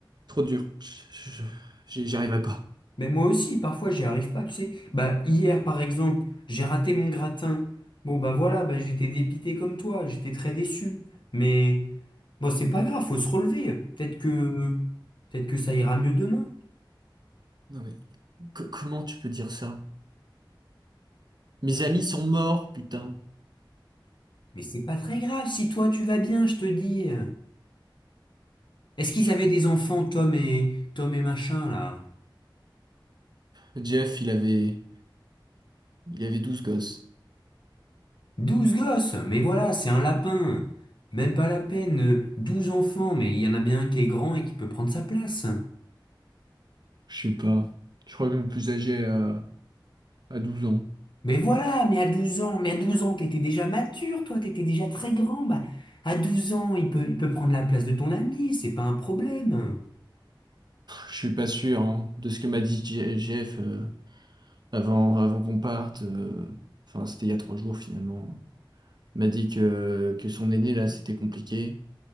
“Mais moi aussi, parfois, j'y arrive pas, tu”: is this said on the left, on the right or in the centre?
Left